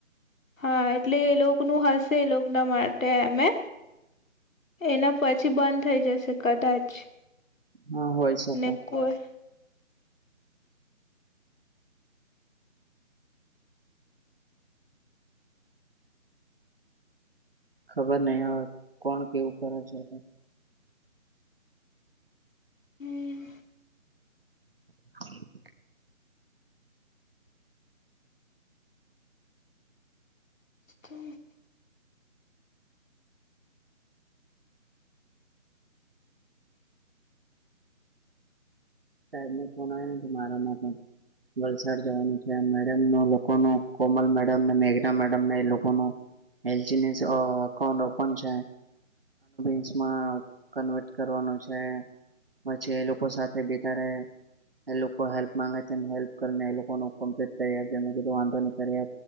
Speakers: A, on the left; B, on the right.
A: હા, એટલે એ લોકોનું હશે, એ લોકો ના માટે અમે એના પછી, બંધ થઈ જશે કદાચ
B: હા, હોય શકે
A: ને કોઈ
B: ખબર નહ, હવે કોણ કેવું કરે છે.
A: હમ
B: હા
A: હ
B: સાહેબ ન ફોન આવ્યો છે, મારામાં પણ વલસાડ જવાનું છે, મેડમ ન લોકો ન કોમલ મેડમ ને મેઘના મેડમને એ લોકોનું એલજી અકાઉન્ટ ઓપન છે. અસમાં કન્વર્ટ કરવાનું છે, પછી એ લોકો સાથે ત્યારે એ લોકો હેલ્પ માંગે છે, હેલ્પ કરીને એ લોકોમ્પ્ટ કરી કીધું વાંધો નહી કરી